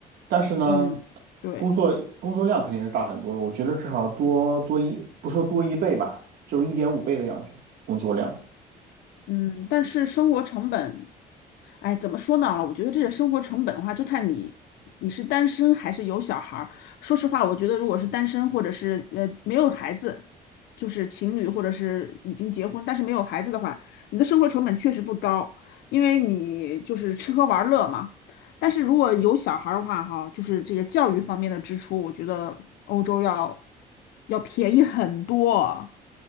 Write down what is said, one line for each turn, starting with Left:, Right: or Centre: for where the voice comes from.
Right: 但是呢，
Left: 嗯，对。
Right: 工作工作量肯定是大很多的，我觉得至少多多一，不说多一倍吧，就是一点五倍的样子，工作量。
Left: 嗯，但是生活成本，哎，怎么说呢？我觉得这个生活成本的话，就看你你是单身还是有小孩儿。说实话，我觉得如果是单身或者是呃没有孩子，就是情侣或者是已经结婚但是没有孩子的话，你的生活成本确实不高，因为你就是吃喝玩乐嘛。但是如果有小孩儿的话，哈，就是这个教育方面的支出，我觉得欧洲要要便宜很多。